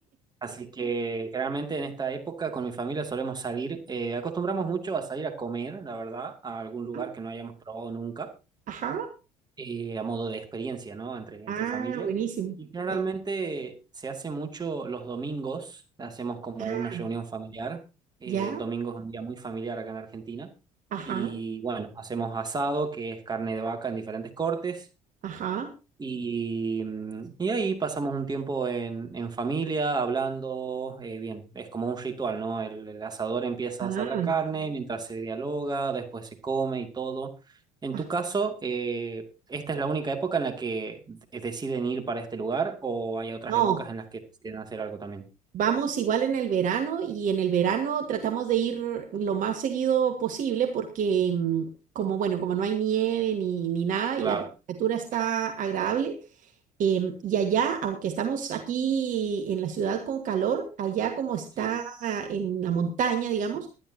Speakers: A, on the right; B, on the right.
A: Así que generalmente en esta época con mi familia solemos salir, eh, acostumbramos mucho a salir a comer, la verdad, a algún lugar
B: <laughs>
A: que no hayamos probado nunca
B: Ajá.
A: eh, a modo de experiencia, ¿no? Entre,
B: Ah,
A: entre familia.
B: buenísimo.
A: Y generalmente
B: Ya.
A: se hace mucho los domingos, hacemos como
B: Ah,
A: una reunión familiar. Eh,
B: ya.
A: el domingo es un día muy familiar acá en Argentina.
B: Ajá.
A: Y bueno, hacemos asado, que es carne de vaca en diferentes cortes.
B: Ajá.
A: Y, mm, y ahí pasamos un tiempo en, en familia, hablando, eh, bien, es como un ritual, ¿no? El, el asador empieza
B: Ah,
A: a asar la carne, mientras se dialoga, después se come y todo. En
B: ah.
A: tu caso, eh, ¿esta es la única época en la que de- deciden ir para este lugar o hay otras
B: No,
A: épocas en las que deciden hacer algo también?
B: vamos igual en el verano y en el verano tratamos de ir lo más seguido posible porque mm, como, bueno, como no hay nieve ni, ni nada
A: Claro,
B: y la temperatura está agradable, Em, y allá, aunque estamos aquí en la ciudad con calor, allá como está
A: sí,
B: en la montaña, digamos,